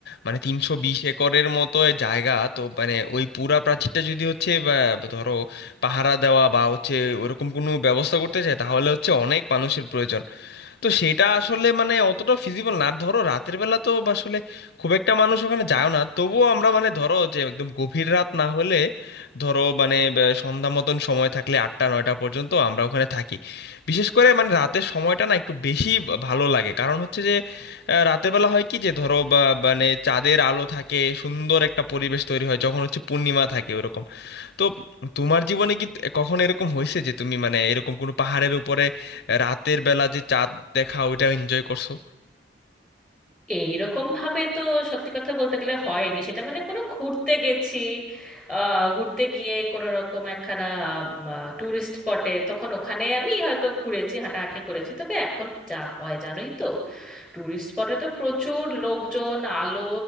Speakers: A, on the left (about 55°); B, in the centre.
A: মানে তিনশো বিশ একরের মতো এ জায়গা তো মানে ওই পুরা প্রাচীরটা যদি হচ্ছে বা, ধরো পাহারা দেওয়া বা হচ্ছে ওরকম কোনো ব্যবস্থা করতে চায় তাহলে হচ্ছে অনেক মানুষের প্রয়োজন তো সেটা আসলে মানে অতটা ফিজিবল না ধরো রাতের বেলা তো আসলে খুব একটা মানুষ ওখানে যায় না তবুও আমরা মানে ধরো যে একদম গভীর রাত না হলে ধরো মানে আহ, সন্ধ্যা মতন সময় থাকলে আটটা নয়টা পর্যন্ত আমরা ওখানে থাকি বিশেষ করে মানে রাতের সময়টা না একটু বেশি ভা- ভালো লাগে কারণ হচ্ছে যে আহ, রাতের বেলা হয় কি যে ধরো বা- মানে চাঁদের আলো থাকে সুন্দর একটা পরিবেশ তৈরি হয় যখন হচ্ছে পূর্ণিমা থাকে ওরকম তো তোমার জীবনে কি কখনো এরকম হয়েছে যে তুমি মানে এরকম কোনো পাহাড়ের উপরে রাতের বেলা যে চাঁদ দেখা ওইটা এনজয় করছো
B: এইরকম ভাবে তো সত্যি কথা বলতে গেলে হয়নি সেটা মানে কোনো ঘুরতে গেছি আহ, ঘুরতে গিয়ে কোনো রকম একখানা ট্যুরিস্ট স্পটে তখন ওখানে আমি হয়তো ঘুরেছি হাঁটাহাঁটি করেছি তবে এখন যা হয় জানোই তো টুরিস্ট স্পটে তো প্রচুর লোকজন আলো